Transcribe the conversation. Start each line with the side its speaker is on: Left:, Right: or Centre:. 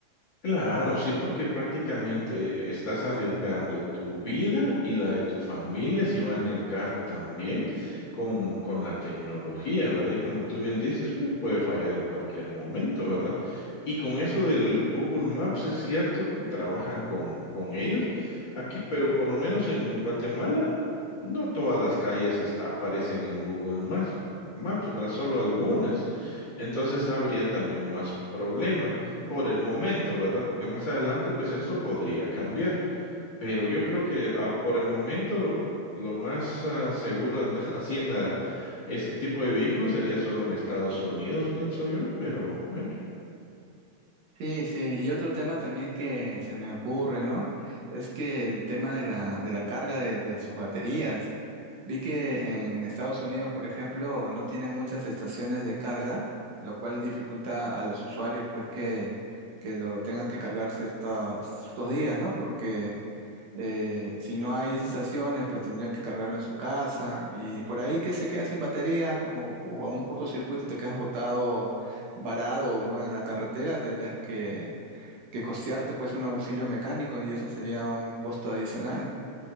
Left: Claro, sí, porque prácticamente estás arriesgando tu vida y la de tu familia si va en el carro también con, con la tecnología, ¿verdad? Y como tú bien dices, pues, puede fallar en cualquier momento, ¿verdad? Y con eso del Google Maps, es cierto, que trabajan con, con ellos aquí, pero por lo menos en Guatemala, no todas las calles está, aparecen en Google Maps, Maps, ¿verdad? Solo algunas. Entonces habría también más problemas por el momento, ¿verdad? Porque más adelante, pues esto podría cambiar. Pero yo creo que ah, por el momento lo, lo más ah, seguro andar <laughs> así haciendo este tipo de vehículos sería solo en Estados Unidos, pienso yo, pero bueno.
Right: Sí, sí, y otro tema también que se me ocurre, ¿no? Es que el tema de la, de la carga de, de sus baterías. Vi que en Estados Unidos, por ejemplo, no tienen muchas estaciones de carga, lo cual dificulta a los usuarios pues que, que lo tengan que cargar ciertos, ciertos días, ¿no? Porque eh, si no hay esas estaciones, pues tendrían que cargarlo en su casa y por ahí que se queda sin batería o, o a un cortocircuito te quedas botado, varado, ¿no? en la carretera, tendrías que, que costearte pues un auxilio mecánico y eso sería un costo adicional.